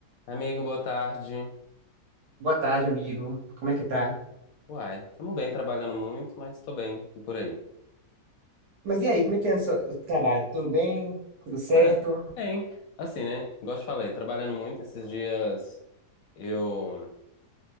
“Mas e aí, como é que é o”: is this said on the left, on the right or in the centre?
Right